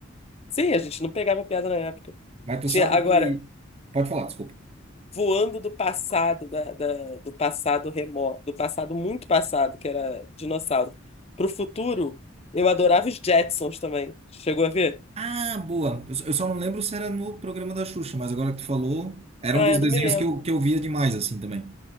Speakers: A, on the left (about 30°); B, on the right (about 30°).
A: Sim, a gente não pegava piada na época.
B: Mas tu
A: Tinha,
B: sabe
A: agora,
B: que... Pode falar, desculpa.
A: voando do passado, da, da- do passado remoto, do passado muito passado, que era dinossauro, pro futuro, eu adorava os Jetsons também. Chegou a ver?
B: Ah, boa. Eu eu só não lembro se era no programa da Xuxa, mas agora que tu falou, era
A: Ah,
B: um dos
A: eu
B: desenhos
A: não me lembro.
B: que eu, que eu via demais, assim, também.